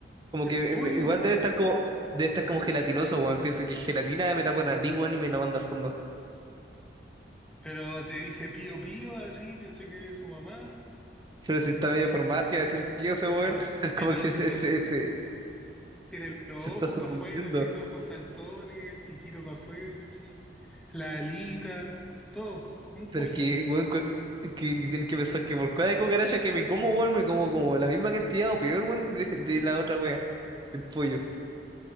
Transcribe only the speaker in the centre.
El
pollo,
pero te dice pío pío, así, piensa que es su mamá.
Pero,
ya,
pero
ti-
ti-
tiene los
ojos
para afuera, así, esos ojos saltones, el piquito para afuera, así, la alita, todo, como un pollito.